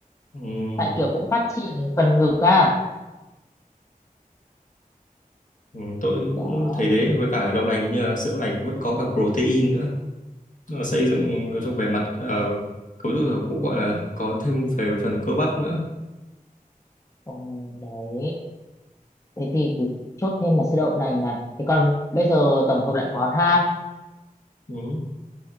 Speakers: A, on the left (about 60°); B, on the left (about 20°).
A: Ừm,
B: tại kiểu cũng phát triển phần ngực à
A: ừm, tôi
B: đó
A: cũng thấy thế với cả đậu lành hình như là sữa đậu lành vẫn có cả protein nữa nó
B: ừ.
A: xây dựng trong về mặt ờ, cấu trúc cũng gọi là có thêm về phần cơ bắp nữa
B: Ừ, đấy thế thì cứ chốt thêm là sữa đậu nành này thế còn bây giờ tổng hợp lại món ha
A: Ừm,